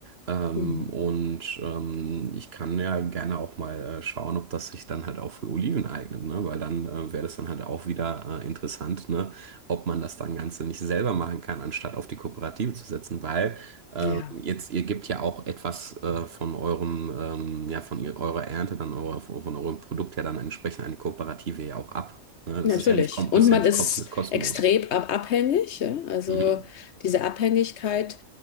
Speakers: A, on the right; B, on the left.
A: Ähm,
B: mhm,
A: und ähm, ich kann ja gerne auch mal äh, schauen, ob das sich dann halt auch für Oliven eignet, ne? Weil dann äh, wäre das dann halt auch wieder äh, interessant, ne? Ob man das dann Ganze nicht selber machen kann, anstatt auf die Kooperative zu setzen, weil ähm,
B: ja,
A: jetzt ihr gebt ja auch etwas äh, von eurem, ähm, ja, von ihr, eurer Ernte, dann eurer, von eurem Produkt ja dann entsprechend an die Kooperative ja auch ab. Ne? Das
B: natürlich.
A: ist ja nicht, kom- das
B: Und
A: ist ja
B: man
A: nicht
B: ist
A: komplett kostenlos.
B: extrem ab abhängig. Ja? Also
A: Mhm.
B: diese Abhängigkeit